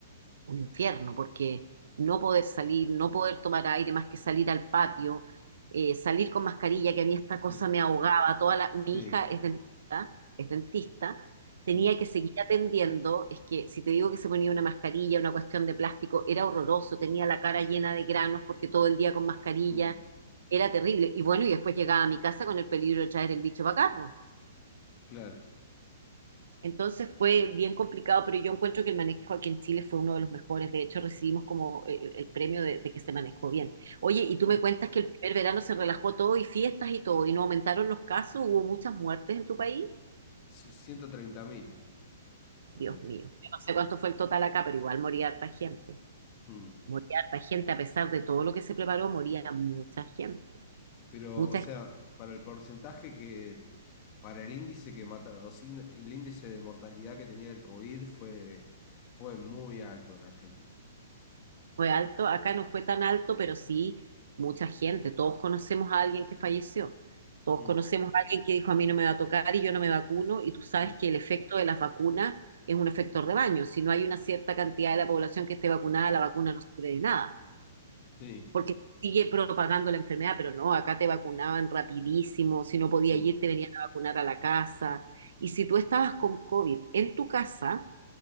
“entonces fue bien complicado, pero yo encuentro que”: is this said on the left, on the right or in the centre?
Right